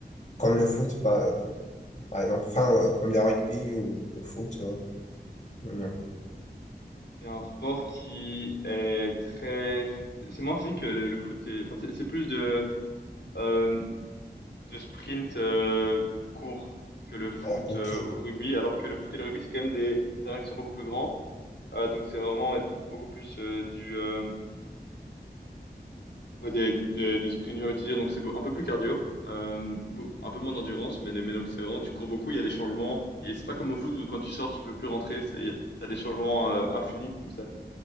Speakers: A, on the left; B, on the left.
A: comme le foot, par, euh, par exemple, enfin, euh, comme le rugby ou le foot. euh, non.
B: C'est un sport qui est très... C'est moins physique que le, le foot. est- Enfin, c'est c'est plus de, euh, de sprint euh, court que le foot
A: Ah, ok,
B: euh, ou le rugby. Alors que le foot et le rugby, c'est quand même des terrains qui sont beaucoup plus grands. Euh, donc c'est vraiment être beaucoup plus euh, du... euh, ouais, des, des, des sprints, j'ai envie de te dire. Donc c'est beau- un peu plus cardio. euh, beau- un peu moins d'endurance. Mais, mais donc c'est vraiment, tu cours beaucoup, il y a des changements. Et c'est pas comme au foot où quand tu sors, tu peux plus rentrer. c'est- il y a- T'as des changements euh, infinis comme ça.